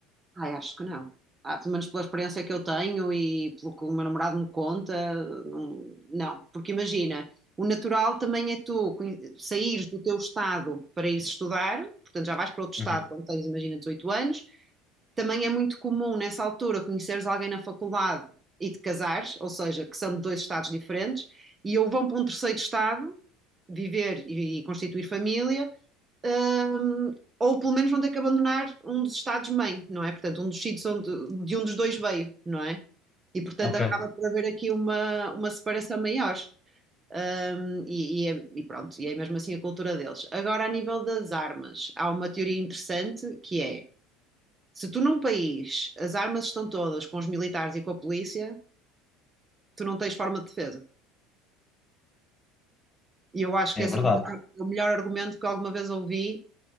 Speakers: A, on the right (about 20°); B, on the left (about 15°).
A: Ai, acho que não. Ah, pelo menos pela experiência que eu tenho e pelo que o meu namorado me conta, não, não. Porque imagina, o natural também é tu conhe- saíres do teu estado para ir estudar, portanto já vais para outro estado
B: Uhum.
A: quando tens, imagina, dezoito anos, Também é muito comum nessa altura conheceres alguém na faculdade e te casares, ou seja, que são de dois estados diferentes, e ou vão para um terceiro estado viver e, e constituir família, hum, ou pelo menos vão ter que abandonar um dos estados-mãe, não é? Portanto, um dos sítios onde, de um dos dois veio, não é? E portanto
B: Ok.
A: acaba por haver aqui uma, uma separação maior. Hum, e, e é- e pronto, e é mesmo assim a cultura deles. Agora, a nível das armas, há uma teoria interessante que é se tu num país as armas estão todas com os militares e com a polícia, tu não tens forma de defesa. E eu acho
B: É
A: que esse
B: verdade.
A: é o melhor, é o melhor argumento que alguma vez ouvi,